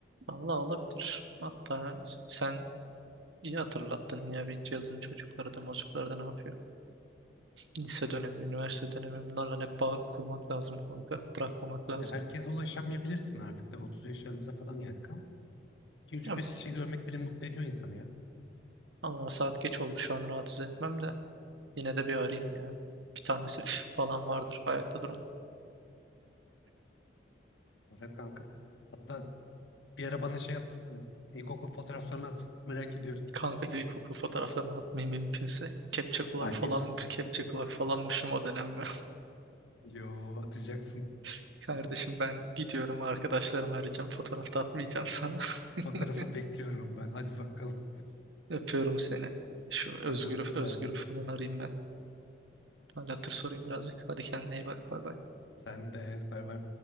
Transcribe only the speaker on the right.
Vallahi olabilir. Hatta sen iyi hatırlattın ya bir cihazın çocukları da mocukları da ne yapıyor. Lise dönemi, üniversite dönemi bunlarla hep bağ kurmak lazım kanka. Bırakmamak lazım.
Ya,
Allah saat geç oldu şu an rahatsız etmem de. Yine de bir arayayım ya. Bir tanesi <laughs> falan vardır ayakta duran.
Kanka ilkokul fotoğraflarımı atmayayım mümkünse. Kepçe kulak
falan, kepçe kulak falanmışım o dönem ben.
<laughs> Kardeşim ben gidiyorum arkadaşlarımı arayacağım. fotoğrafta atmayacağım sana. <laughs>
Öpüyorum seni. Şu Özgür'ü,
Özgür'ü
falan arayayım ben. Hal hatır sorayım birazcık. Hadi kendine iyi bak. Bay bay.